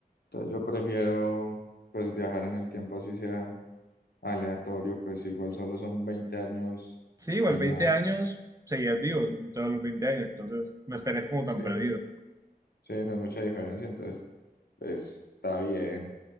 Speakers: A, on the left; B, on the right.
A: entonces yo prefiero pues viajar en el tiempo así sea aleatorio, pues igual solo son 20 años
B: Sí, igual
A: y
B: 20
A: nada más.
B: años, seguías vivo en todos los 20 años, entonces no estarías como
A: Sí,
B: tan perdido.
A: sí, no es mucha diferencia, entonces pues, está bien.